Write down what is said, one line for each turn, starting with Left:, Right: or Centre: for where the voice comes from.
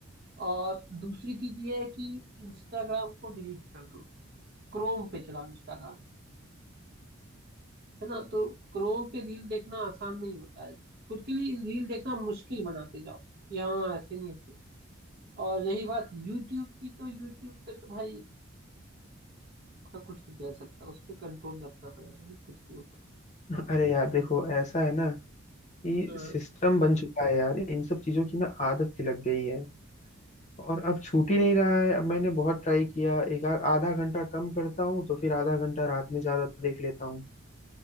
Right: और दूसरी चीज ये है कि इंस्टाग्राम को डिलीट कर दो क्रोम पे चलाओ इंस्टाग्राम है ना तो क्रोम पे रील देखना आसान नहीं होता है खुद के लिए रील देखना मुश्किल बनाते जाओ कि हाँ ऐसे नहीं ऐसे और रही बात यूट्यूब की तो यूट्यूब पे तो भाई उसका कुछ नहीं कह सकता उस पर कंट्रोल रखना पड़ेगा खुद के ऊपर
Left: <laughs> अरे यार देखो ऐसा है ना कि
Right: हाँ
Left: सिस्टम बन चुका है यार इन सब चीजों की ना आदत सी लग गई है और अब छूट ही नहीं रहा है अब मैंने बहुत ट्राई किया एक आ- आधा घंटा कम करता हूँ तो फिर आधा घंटा रात में ज्यादा देख लेता हूँ